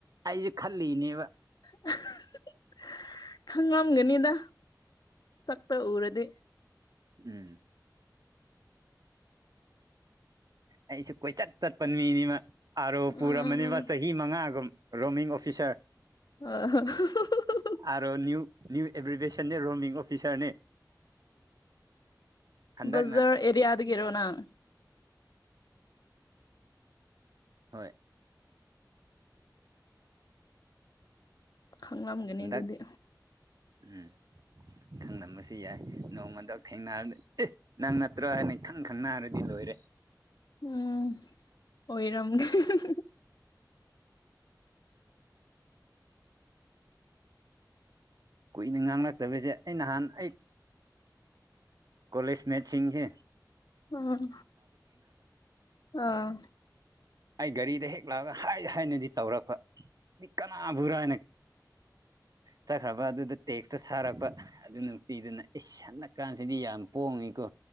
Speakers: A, on the right; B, on the left.
A: ꯑꯩꯁꯦ ꯈꯜꯂꯤꯅꯦꯕ
B: <unintelligible> ꯈꯪꯂꯝꯒꯅꯤꯗ ꯁꯛꯇꯨ ꯎꯔꯗꯤ
A: ꯎꯝ ꯑꯩꯁꯨ ꯀꯣꯢꯆꯠ ꯆꯠꯄ ꯃꯤꯅꯤꯃ ꯑꯥꯔꯣ ꯄꯨꯔꯝꯕꯅꯤꯕ
B: ꯎꯝ
A: ꯆꯍꯤ ꯃꯉꯥꯒꯨꯝ ꯔꯣꯃꯤꯡ ꯑꯣꯐꯤꯁꯥꯔ
B: <unintelligible>
A: ꯑꯥꯔꯣ ꯅꯤꯌꯨ ꯅꯤꯌꯨ ꯑꯦꯕ꯭ꯔꯤꯚꯦꯁꯟꯅꯤ ꯔꯣꯃꯤꯡ ꯑꯣꯐꯤꯁꯥꯔꯅꯤ ꯍꯟꯗꯛꯅ
B: ꯕꯖꯔ ꯑꯦꯔꯤꯌꯥꯗ ꯒꯤꯔꯣ ꯅꯪ
A: ꯍꯣꯢ
B: ꯈꯪꯂꯝꯒꯅꯤ
A: ꯍꯟꯗꯛ
B: ꯑꯗꯨꯗꯤ
A: ꯎꯝ ꯈꯪꯂꯝꯕꯁꯨ ꯌꯥꯢ ꯅꯣꯡꯃꯗ‌ꯣꯛ ꯊꯦꯡꯅꯕꯗ ꯑꯦ ꯅꯪ ꯅꯠꯇ꯭ꯔꯣ ꯍꯥꯢꯅ ꯏꯈꯪ ꯈꯪꯅꯔꯦ ꯑꯩ ꯂꯣꯢꯔꯦ
B: ꯎꯝ ꯑꯣꯢꯔꯝꯒꯅꯤ <unintelligible>
A: ꯀꯨꯢꯅ ꯉꯥꯡꯂꯛꯇꯕꯁꯦ ꯑꯩ ꯅꯍꯥꯟ ꯑꯩ ꯀꯣꯂꯦꯖꯃꯦꯠꯁꯤꯡ ꯍꯦ
B: ꯎꯝ ꯑꯥ
A: ꯑꯩ ꯒꯥꯔꯤꯗ ꯍꯦꯛ ꯂꯥꯛꯑꯒ ꯍꯥꯢ ꯍꯥꯢꯅꯗꯤ ꯇꯧꯔꯛꯄ ꯑꯩ ꯀꯅꯥꯕꯨꯔꯥ ꯆꯠꯈ꯭ꯔꯕ ꯑꯗꯨꯗ ꯇꯦꯛꯁꯇꯣ ꯊꯥꯔꯛꯄ ꯑꯗꯨ ꯅꯨꯄꯤꯗꯨꯅ ꯏꯁ ꯁꯥꯟꯅ ꯀꯥꯟꯁꯤꯗꯤ ꯌꯥꯝ ꯄꯣꯡꯉꯤꯀꯣ